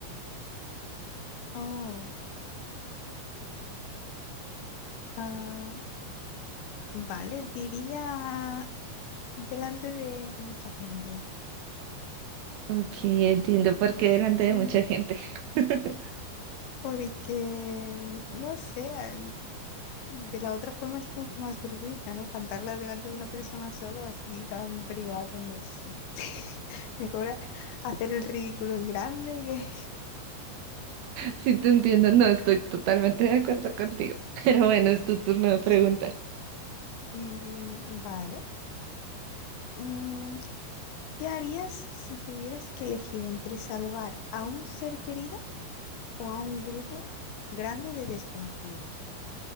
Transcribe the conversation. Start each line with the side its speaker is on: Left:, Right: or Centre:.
Left: Oh, ah, vale, diría delante de mucha gente.
Right: Ok, entiendo por qué delante de
Left: Mm,
Right: mucha gente. <laughs>
Left: Porque, no sé, De la otra forma es como que más vergüenza, ¿no? Cantarla delante de una persona solo, así tan privada, no sé. <laughs> Mejor a- hacer el ridículo en grande que...
Right: Sí, te entiendo, no estoy totalmente de acuerdo contigo. <laughs> Pero bueno, es tu turno de
Left: <laughs>
Right: preguntar.
Left: Sí. Mm, vale. Mm, ¿qué harías si tuvieras que elegir entre salvar a un ser querido o a un grupo grande de desconocidos?